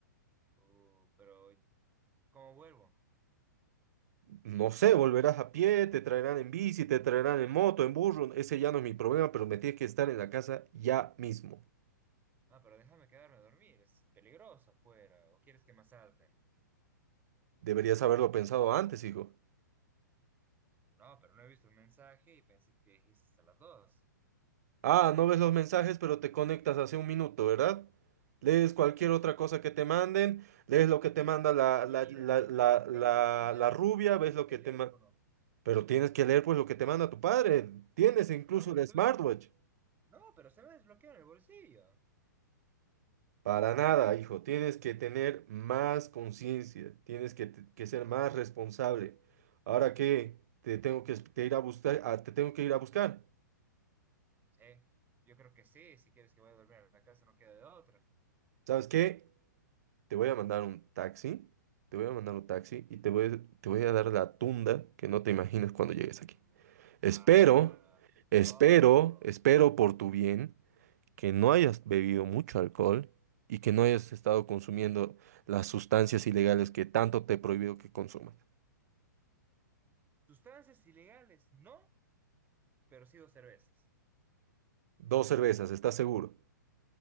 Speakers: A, on the right (about 20°); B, on the right (about 55°).
A: Uh, pero. ¿Cómo vuelvo?
B: No sé, volverás a pie, te traerán en bici, te traerán en moto, en burro, ese ya no es mi problema, pero me tienes que estar en la casa ya mismo.
A: Ah, pero déjame quedarme a dormir. Es peligroso afuera. ¿O quieres que me asalten?
B: Deberías haberlo pensado antes, hijo.
A: No, pero no he visto el mensaje y pensé que dijiste hasta las dos.
B: Ah, no ves los mensajes, pero te conectas hace un minuto, ¿verdad? Lees cualquier otra cosa que te manden, lees lo que te manda la,
A: Y
B: la,
A: mira,
B: la,
A: en
B: la,
A: mi defensa
B: la,
A: se me
B: la
A: ha desbloqueado
B: rubia, ves
A: el
B: lo
A: teléfono.
B: que te manda... Pero tienes que leer pues lo que te manda tu padre. Tienes incluso
A: No, pero
B: el
A: se
B: smartwatch.
A: me, no, pero se me ha desbloqueado en el bolsillo.
B: Para nada, hijo. Tienes que tener más conciencia, tienes que, te- que ser más responsable. Ahora que te tengo que te ir a buscar, ah, te tengo que ir a buscar.
A: Sí, yo creo que sí, si quieres que vaya a dormir a la casa no queda de otra.
B: ¿Sabes qué? Te voy a mandar un taxi, te voy a mandar un taxi y te voy, te voy a dar la tunda que no te imaginas cuando llegues aquí.
A: Ah,
B: Espero,
A: no, no, no.
B: espero,
A: Ojo.
B: espero por tu bien que no hayas bebido mucho alcohol y que no hayas estado consumiendo las sustancias ilegales que tanto te he prohibido que consumas.
A: Sustancias ilegales, no, pero sí dos cervezas.
B: Dos cervezas, ¿estás seguro?